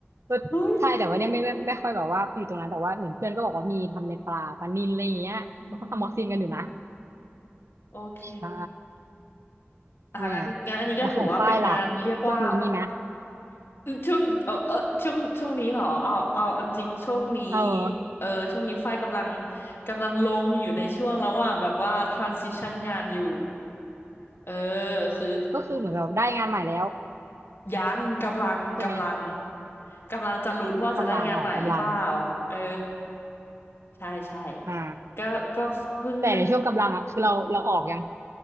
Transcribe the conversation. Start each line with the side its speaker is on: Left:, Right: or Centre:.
Right: ก็ใช่แต่ว่าเนี่ยไม่ไม่ไม่ค่อยแบบว่าอยู่ตรงนั้นแต่ว่าเหมือนเพื่อนก็บอกว่ามีทำในปลาปลานิลอะไรอย่างเงี้ยเขาก็ทำมอคซินกันอยู่นะ
Left: เฮ้ยอืมโอเค
Right: ใช่
Left: อ่ะงั้นงั้นอันนี้ก็ถือว่าเป็นงานเรียกว่า
Right: อ่าแล้วของฝ้ายล่ะช่วงนี้มีไหม
Left: ช่วงเออเออช่วงช่วงนี้เหรอเอาเอาเอาจริงช่วงนี้
Right: เออ
Left: เออช่วงนี้ฝ้ายกำลังกำลังลงอยู่ในช่วงระหว่างแบบว่า transition งานอยู่เออคือ
Right: ก็คือเหมือนแราได้งานใหม่แล้ว
Left: ยังกำลังกำลัง
Right: ใช่ไหม
Left: กำลังจะลุ้นว่าจะได้งานใหม่หรือเปล่า
Right: กำลังออกกำลัง
Left: เออใช่ใช่
Right: อ่า
Left: ก็ก็เพิ่งได้
Right: แต่ในช่วงกำลังอ่ะคือเราเราออกยัง